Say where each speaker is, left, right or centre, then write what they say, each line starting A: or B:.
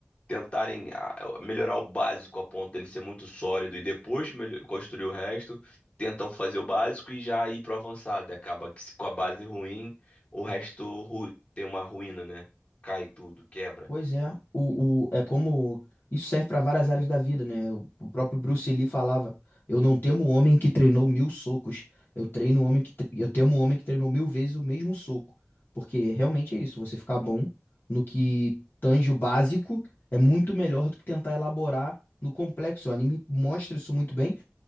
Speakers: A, on the left; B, on the left.
A: tentarem ah, melhorar o básico a ponto dele ser muito sólido e depois melho- construir o resto, tentam fazer o básico e já ir pro avançado. E acaba que se com a base ruim, o resto ru- tem uma ruína, né? Cai tudo, quebra.
B: Pois é, o, o, é como isso serve para várias áreas da vida, né? O, o próprio Bruce Lee falava: Eu não temo o homem que treinou mil socos, eu treino o homem que tre- eu temo o homem que treinou mil vezes o mesmo soco. Porque realmente é isso, você ficar bom no que tange o básico é muito melhor do que tentar elaborar no complexo. O anime mostra isso muito bem.